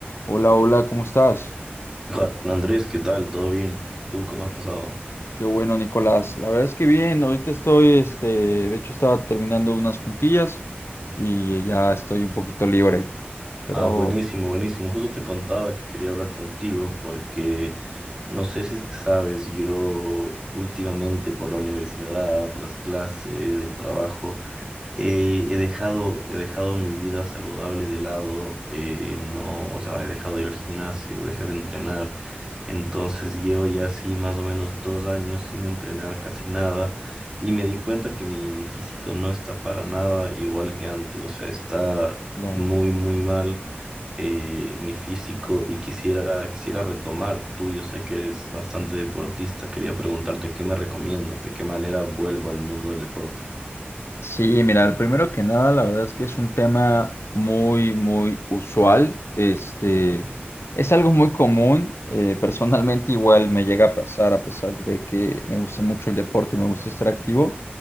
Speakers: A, on the left; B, on the right.
A: Hola, hola, ¿cómo estás?
B: Juan Andrés, ¿qué tal? ¿Todo bien? ¿Tú cómo has pasado?
A: Qué bueno, Nicolás. La verdad es que bien, ahorita estoy, este, de hecho estaba terminando unas juntillas y ya estoy un poquito libre. Pero,
B: Ah, buenísimo, buenísimo. Justo te contaba que quería hablar contigo porque no sé si es que sabes, yo últimamente por la universidad, las clases, el trabajo, Eh, he dejado, he dejado mi vida saludable de lado, eh, no, o sea, he dejado de ir al gimnasio, dejé de entrenar, entonces llevo ya así más o menos dos años sin entrenar casi nada y me di cuenta que mi, mi físico no está para nada igual que antes, o sea, está
A: claro.
B: muy, muy mal eh, mi físico y quisiera, quisiera retomar, tú yo sé que eres bastante deportista, quería preguntarte qué me recomiendas, de qué manera vuelvo al mundo del deporte.
A: Sí, mira, primero que nada, la verdad es que es un tema muy, muy usual. Este, es algo muy común. eh, personalmente igual me llega a pasar, a pesar de que me gusta mucho el deporte y me gusta estar activo.